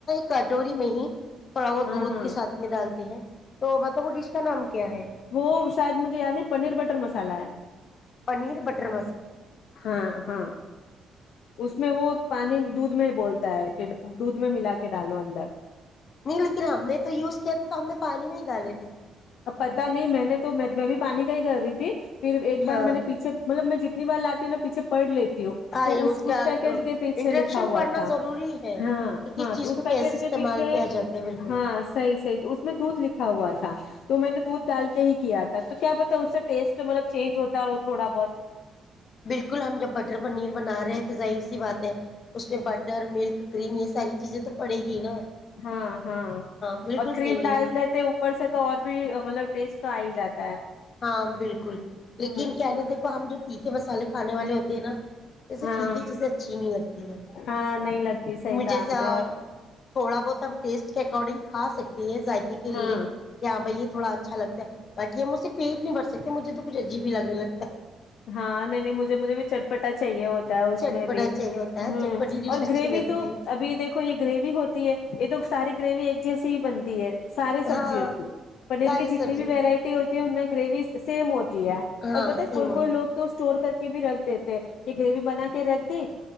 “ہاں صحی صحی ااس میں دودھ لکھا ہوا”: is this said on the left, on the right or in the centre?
Left